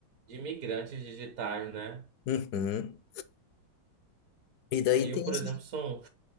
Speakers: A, on the right; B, on the left.
A: de imigrantes digitais, né?
B: Uhum. E daí
A: E Eu,
B: tem
A: por
B: essa
A: exemplo, sou